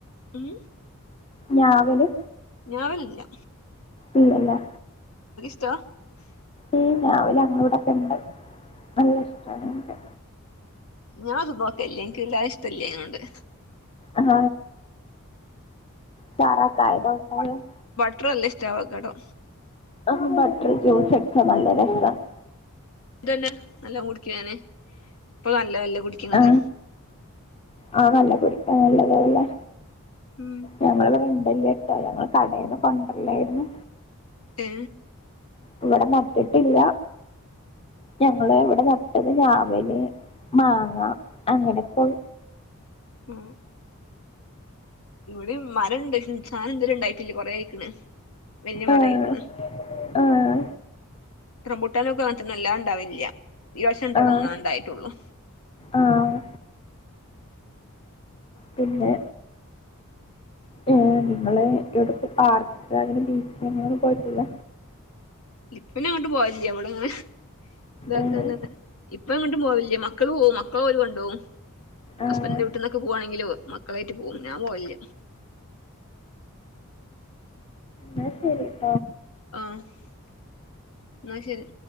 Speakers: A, on the left (about 70°); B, on the left (about 25°).
A: ഉം
B: ഞാവല്
A: ഞാവലില്ല
B: ഇല്ലല്ലേ
A: <unintelligible>
B: ഈ ഞാവൽ ഞങ്ങളെ ഇവിടൊക്കെ ഉണ്ട് നല്ല ഇഷ്ടമാണ് നിക്ക്
A: ഞാ അത് നോക്കല്ല എനക്ക്ല്ലതെ ഇഷ്ട്ടല്ല ആയിക്കൊണ്ട്
B: ആഹ തായേ കായികൾ ഉണ്ടാവേ <unintelligible>
A: ഇത്രയും യല്ല ഇഷ്ടാ അവക്കാടോ
B: ആ ബട്ടർ ജ്യൂസ് അടിച്ചാ നല്ല രസമാണ്
A: ഇതന്നെ നല്ല കുടിക്കാന് ഇപ്പൊ നല്ലഅല്ലേ കുടിക്കണത്
B: ആ ആ നല്ല കുടിക്കാൻ നല്ലതല്ലേ
A: ഉം
B: ഞങ്ങൾ പറ <unintelligible> ഞങ്ങൾ കടന്ന് കൊണ്ടല്ലായിരുന്നു
A: ഏ
B: ഇവിടെ നട്ടിട്ടില്ല ഞങ്ങള് ഇവിടെ നട്ടത് ഞാവൽ മാങ്ങ അങ്ങനെപ്പോൾ
A: ഉം ഇവിടെ മരം ഇണ്ട് സാനം എന്തിലും ഉണ്ടായി ല് കൊറെ ആയികണ് വലിയ മരയിക്കണ്
B: ആഹ് ആഹ്
A: റംബൂട്ടാൻഒക്കെ അല്ലതെ ഉണ്ടാവില്ല ഈ വർഷം തൊടങ്ങനെണ്ടായിട്ടുള്ളൂ
B: ആഹ് ആഹ് പിന്നെ
A: <inaudible>
B: ഏ നിങ്ങള് എട്ത്തിപ്പോ പാർക്ക് അങ്ങനെ ബീച്ച് അങ്ങനെയും പോയിട്ടില്ല
A: ഇപ്പോഞാ എങ്ങോട്ടും പോയ ഇല്ല ഇവ്ടെങ്ങനെ ദാക്കന്നലത്തെ
B: ഏഹ്
A: ഇപ്പോഎങ്ങോട്ടും പോവില്ല മക്കള് പോകും ഇപ്പൊ അവര് കൊണ്ടോവും
B: ആഹ്
A: ഹസ്ബൻഡിന്റെ വീട്ട്ന്നൊക്കെ പോകവാണെങ്കിലും മക്കളെറ്റ് പോകവും ഞാൻ പോവില്ല
B: എന്ന ശരി
A: ആഇന്നാ ശരി